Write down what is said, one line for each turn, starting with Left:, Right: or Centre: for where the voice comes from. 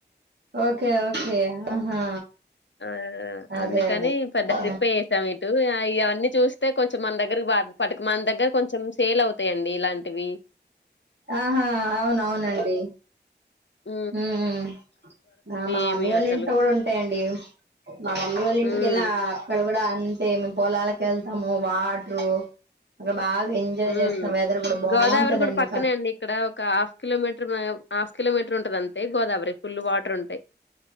Right: ఓకే ఓకే ఆహా
Left: ఆ
Right: అదే
Left: అందుకని
Right: అదే
Left: పెద్ద
Right: ఆ.
Left: ట్రిప్ఎ ఎసాం ఇటు ఆ ఈ ఇవన్నీ చూస్తే కొంచెం మన దగ్గరకి పటుకమంది దగ్గర కొంచెం సేల్ అవుతాయండి ఇలాంటివి
Right: ఆహా అవును అవునునండి
Left: అ
Right: ఉమ్ ఉమ్ మా
Left: ఏమి
Right: మమ్మీ వాళ్ళ
Left: అసలు.
Right: ఇంట్లో కూడా ఉంటాయండి మా మమ్మీ వాళ్ళ ఇంటికెళ్ళిన
Left: హ్మ్.
Right: అక్కడ కూడా అంటే పోలాలకిెళ్తాము వాటర్ ఉ బాగా ఎంజాయ్
Left: ఉమ్
Right: చేస్తాం వెదర్ కూడా బాగుంటదండి
Left: గోదావరి కూడా పక్కనే
Right: ప
Left: అండి ఇక్కడ ఒక హాఫ్ కిలోమీటర్ హాఫ్ కిలోమీటర్ ఉంటది అంతే గోదావరి ఫుల్ వాటర్ ఉంటాయి